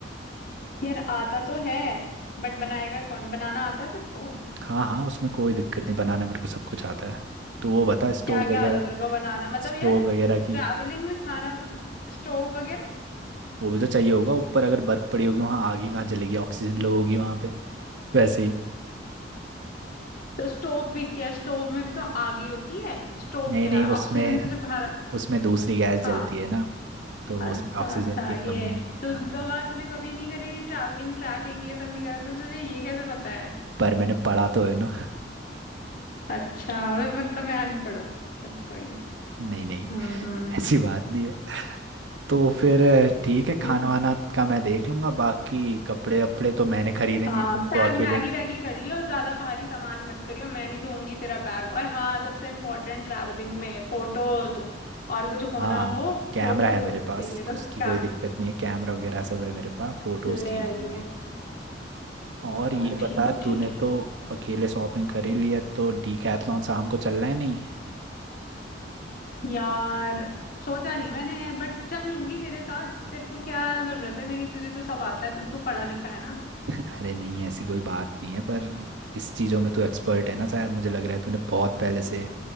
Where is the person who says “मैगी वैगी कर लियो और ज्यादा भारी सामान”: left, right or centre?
Left